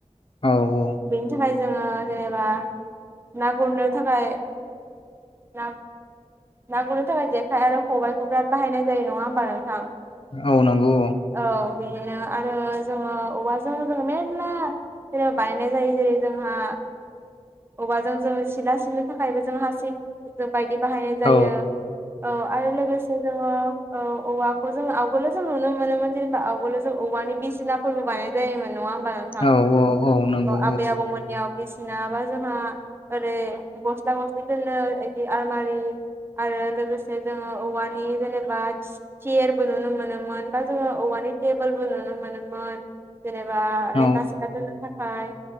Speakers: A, on the left (about 50°); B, on the right (about 20°).
A: औ औ
B: बेनि थाखाय जोङो जेनेबा ना गुरनो थाखाय ना ना गुरनो थाखाय जेखाइ आरो खबाइखौ बिराद बाहायनाय जायो नङा होमबा नोंथां
A: औ नंगौ
B: औ बिदिनो आरो जोङो औवाजों जोङो मेर्ला जेनबा बानायनाय जायो जेरै जोंहा औवा जों जोङो सिला सिबनो थाखायबो जों हासिब जों बायदि बाहायनाय जायो
A: औ
B: औ आरो लोगोसे जोङो औ औवाखौ जों आवगोलो जों नुनो मोनोमोन जेनेबा आवगोलो जों औवानि बिसिनाफोरबो बानायनाय जायोमोन नङा हो नोंथां
A: औ औ नंगौ
B: आबै-आबौमोननियाव बायदिसिना बा जोंहा ओरै गस्ला-गस्लि दोनो बिदि आलमारि आरो लोगोसे जोङो औवानि जेनेबा सियेरबो नुनो मोनोमोन बा जोङो औवानि नि टेबोल बो नुनो मोनोमोन जेनेबा
A: औ
B: लेखा-सिखा दोननो थाखाय